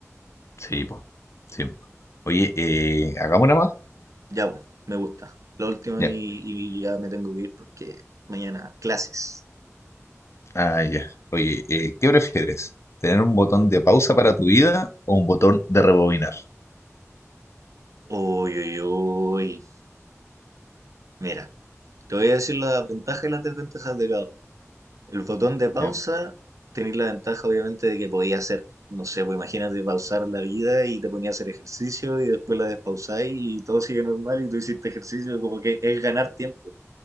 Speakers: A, on the left; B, on the right.
A: Sí, pues. Sí. Oye, eh, hagamos una más.
B: Ya, po, me gusta. La última
A: Ya.
B: y, y ya me tengo que ir porque mañana clases.
A: Ah, ya. Oye, eh, ¿qué prefieres? ¿Tener un botón de pausa para tu vida o un botón de rebobinar?
B: Uy, uy, uy. Mira, te voy a decir las ventajas y las desventajas de cada uno. El botón de pausa,
A: Ya,
B: tenéis la ventaja obviamente de que podéis hacer, no sé, pues imagínate pausar la vida y te ponía a hacer ejercicio y después la despausáis y todo sigue normal y tú hiciste ejercicio, como que es ganar tiempo.